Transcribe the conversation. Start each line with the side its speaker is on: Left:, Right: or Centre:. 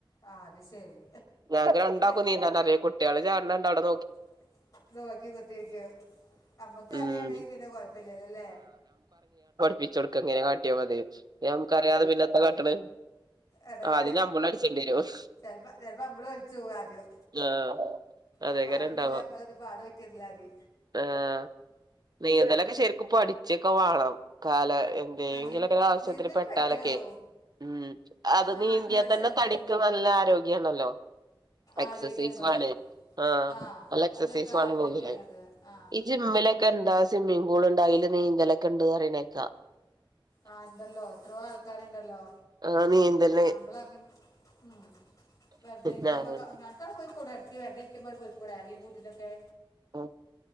Left: ആ അത് ശരി
Right: ഞാന രണ്ടാക്കും
Left: ഏ,
Right: നീന്താ അറിയ കുട്ടികള് ചാണ്ട് അവിടെ നോക്കി
Left: <inaudible> നോക്കി കുത്തിരിക്കും അമ്മക്ക്
Right: ഉം
Left: അറിയണെ പിന്നെ കൊഴപ്പില്ലല്ലല്ലേ
Right: പിച്ചെടുക്ക എങ്ങനെ കാട്ടിയാ മതി നമുക്കറിയാതെ പിന്നെത്തെ കാട്ടണ്
Left: എത
Right: ആഹ്
Left: <unintelligible>
Right: അത് നമ്മളടിച്ചേണ്ടി വരും
Left: ചപ്പോ ചേലപ്പോ അമ്പള ഒലിച്ചു പോവ ആദ്യം.
Right: ആഹ് അതേക്കാരം
Left: അപ്പൊ അയന്നല്ലേ
Right: ഇണ്ടാവ
Left: അമ്പളത് പാടക്കിർന്നതി
Right: ആഹ് നീന്തലൊക്കെ ശരിക്കും പടിച്ചൊക്കെ വേണം കാല എന്തെങ്കിലുംക്കെ
Left: ആ നീ
Right: ആവശ്യത്തിന്
Left: നീന്തൽ
Right: പെ
Left: പഠിക്കണടോ
Right: ക്കെ ഉ അത്
Left: ആ
Right: നീന്ന്ത്യൽ
Left: അത്യാവശ്യം
Right: തന്നെ
Left: നീന്തൽ
Right: തടിക്ക്
Left: പഠിക്കണം
Right: നല്ല ആരോഗ്യണല്ലോ എക്സസൈസ്
Left: ആരോഗ്യം ഉണ്ടാവും
Right: ആണ്. ആഹ്.
Left: ആ
Right: നല്ല എക്സ്സേസൈസും
Left: കാര്യം
Right: ആണ് <unintelligible>
Left: തന്നെയാണത് ആ
Right: ഈ ജിമ്മിലൊക്ക് ക്കെ എന്താ സ്വിമ്മിങ് പൂൾ ഇണ്ട അതില് നീന്തല ഒക്കെ ഉണ്ട് അറനേക്കാ
Left: ആ ഉണ്ടല്ലോ എത്രയോ ആൾക്കാരുണ്ടല്ലോ
Right: ആഹ് നീന്തല്
Left: ആമ്പള അങ്ങ ഉ വെറുതെരിക്ക്പ
Right: ഞാന്
Left: ക്കടെയിട ഇ വെറുത ഇരിക്കുമ്പോ പോയിക്കൂട ആരും കൂട്ടിലൊക്കെ
Right: ആ